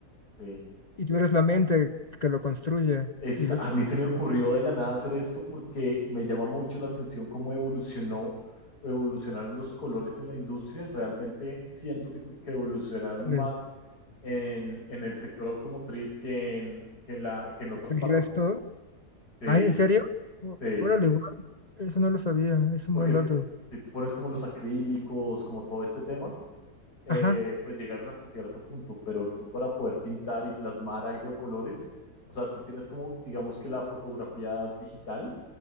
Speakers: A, on the left (about 80°); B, on the left (about 35°).
A: Sí.
B: Y tú eres la mente que lo construye.
A: Es,
B: Y, lo-
A: a
B: y
A: mí se me ocurrió de la nada hacer esto porque me llama mucho la atención cómo evolucionó, evolucionaron los colores en la industria. Realmente siento que, que evolucionaron
B: le-
A: más en, en el sector automotriz que en, que en la, que en otras
B: el
A: partes.
B: resto.
A: Sí,
B: Ah, ¿en serio? Ó-
A: sí,
B: Órale, wow. Eso no lo sabía. Es un
A: porque
B: buen dato.
A: si tú pones como los acrílicos, como todo este tema, eh,
B: Ajá,
A: pues llegaron hasta cierto punto, pero tú para poder pintar y plasmar algo de colores, o sea, tú tienes como, digamos que la fotografía digital